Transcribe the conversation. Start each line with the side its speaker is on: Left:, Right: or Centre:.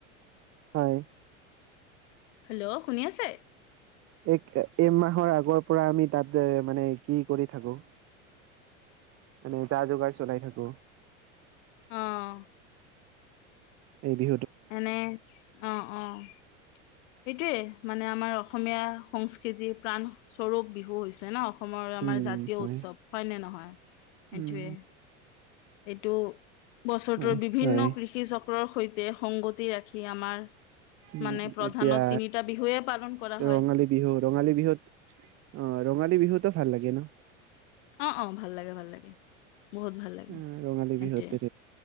Right: হয়।
Left: হেল্ল' শুনি আছে
Right: এক এই মাহৰ আগৰ। পৰা আমি তাত মানে কি কৰি থাকো। মানে যা যোগাৰ চলাই থাকো।
Left: আহ।
Right: এই দি।
Left: এনে অ', অ'। সটোয়ে মানে আমাৰ অসমীয়া সংস্কৃতি প্ৰাণস্বৰূপ বিহু হৈছে ন। অসমৰ আমাৰ
Right: উম
Left: জাতীয়
Right: হয়
Left: উৎসৱ হয় নে নহয়
Right: উম
Left: এইটোৱে এইটো বছৰটোৰ
Right: হয়
Left: বিভিন্ন
Right: হয়
Left: কৃষি চক্ৰৰ সৈতে সংগতি ৰাখি আমাৰ
Right: উ
Left: মানে প্ৰধানত
Right: এতিয়া
Left: তিনিটা বিহুৱে পালন কৰা হয়
Right: ৰঙালী বিহু ৰঙালী বিহুত। অ' ৰঙালী বিহুতো ভাল লাগে ন।
Left: অ', অ' ভাল লাগে ভাল লাগে। বহুত ভাল লাগে
Right: উ ৰঙালী
Left: সেইটোৱে
Right: বিহুতে